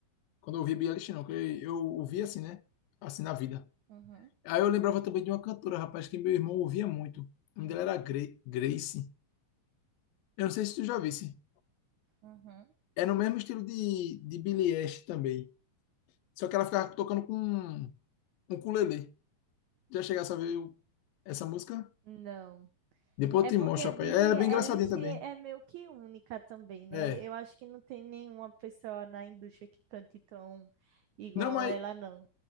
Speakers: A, on the left; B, on the right.
A: Quando eu ouvia Billie Eilish, não, que eu eu ouvia assim, né? Assim na vida.
B: Uhum,
A: Aí eu lembrava também de uma cantora, rapaz, que meu irmão ouvia muito. O nome
B: uhum,
A: dela era Gre- Grace. Eu não sei se tu já visse.
B: uhum.
A: É no mesmo estilo de, de Billie Eilish também. Só que ela ficava tocando com um ukulele. Já chegasse a ver o- essa música?
B: Não.
A: Depois
B: É
A: eu te
B: porque
A: mostro, rapaz.
B: Billie
A: Ela é bem
B: Eilish
A: engraçadinha também.
B: é meio que única também, né?
A: É.
B: Eu acho que não tem nenhuma pessoa na indústria que cante tão igual
A: Não, mas,
B: a ela, não.